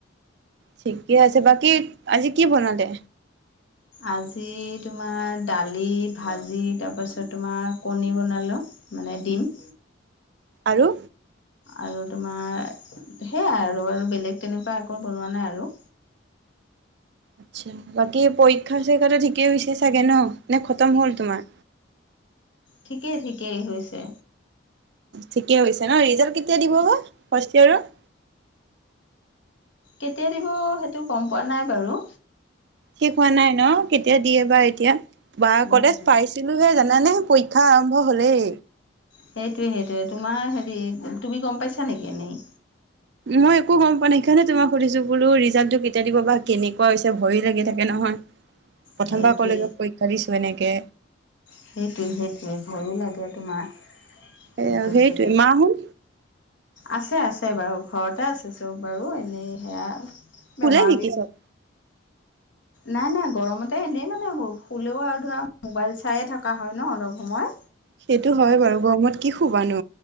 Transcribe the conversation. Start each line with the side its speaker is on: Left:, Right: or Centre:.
Right: ঠিকে আছে, বাকী আজি কি বনালে?
Left: আজি তোমাৰ দালি, ভাজি, তাৰপাছত তোমাৰ কণী বনালোঁ। মানে দিম।
Right: আৰু?
Left: আৰু তোমাৰ সেয়াই আৰু, আৰু বেলেগ তেনেকুৱা একো বনোৱা নাই আৰু।
Right: আচ্ছা, বাকী পৰীক্ষা-চৰীক্ষাটো ঠিকেই হৈছে চাগে নহ নে খতম
Left: ঠিক
Right: হ'ল তোমাৰ?
Left: ঠিকেই, ঠিকেই, হৈছে।
Right: ঠিকেই হৈছে নহ, ৰিজাল্ট কেতিয়া দিব বা ফাৰ্ষ্ট ইয়াৰৰ?
Left: কেতিয়া দিব সেইটো গম পোৱা নাই বাৰু।
Right: ঠিক হোৱা নাই নহ, কেতিয়া দিয়ে বা এতিয়া বা কলেজ
Left: নাই
Right: পাইছে <unintelligible> জানানে, পৰীক্ষা আৰম্ভ হলেই।
Left: সেইটোৱে সেইটোৱে তোমাৰ হেৰি তুমি গম পাইছা নেকি এনেই
Right: মই একো গম পোৱা নাই সেইকাৰণে তোমাক সুধিছো বোলো ৰিজাল্টটো কেতিয়া দিব বা কেনেকুৱা হৈছে ভয় লাগি থাকে নহয় প্ৰথমবাৰ
Left: সেইটোৱে
Right: কলেজত পৰীক্ষা দিছো এনেকে
Left: সেইটোৱে সেইটোৱে ভয়ো লাগে তোমাৰ
Right: এ
Left: সেইটো
Right: সেইটোৱে
Left: হেৰি
Right: মাহত
Left: আছে আছে বাৰু ঘৰতে আছে চব বাৰু এনেই সেয়া
Right: ফোুলাই
Left: বেমাৰ
Right: নেকি
Left: বি
Right: চব
Left: নাই নাই গৰমতে এনেই মানে ফুলেও আৰু ধৰা মোবাইল চায়ে থকা হয় ন অলপ সময়
Right: সেইটো হয় বাৰু গৰমত কি শুবানো